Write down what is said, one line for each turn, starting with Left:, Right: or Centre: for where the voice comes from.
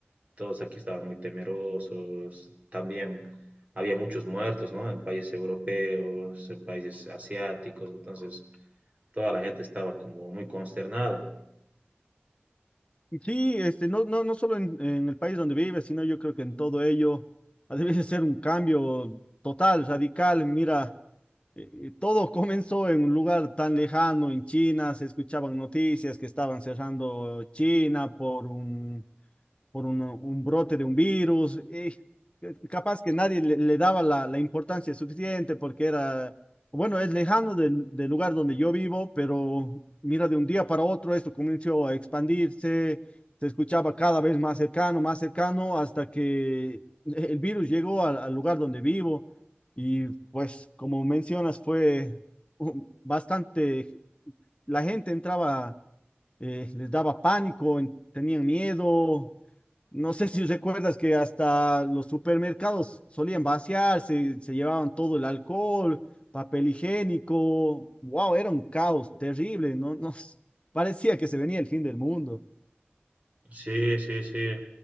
Right: todos aquí estaban muy temerosos. También había muchos muertos, ¿no? En países europeos, en países asiáticos, entonces toda la gente estaba como muy consternada.
Left: Y sí, este, no, no, no solo en, en el país donde vive, sino yo creo que en todo ello ha de <laughs> ser un cambio total, radical. Mira, eh, todo comenzó en un lugar tan lejano, en China, se escuchaban noticias que estaban cerrando China por un, por un, un brote de un virus. eh, capaz que nadie le, le daba la, la importancia suficiente porque era, bueno, es lejano del, del lugar donde yo vivo, pero mira, de un día para otro esto comenzó a expandirse, se escuchaba cada vez más cercano, más cercano, hasta que el virus llegó al, al lugar donde vivo. Y pues, como mencionas, fue um, bastante, la gente entraba, eh, les daba pánico, en- tenían miedo, no sé si recuerdas que hasta los supermercados solían vaciarse, se llevaban todo el alcohol, papel higiénico. Wow, era un caos terrible, no, <laughs> no, s- parecía que se venía el fin del mundo.
Right: Sí, sí, sí.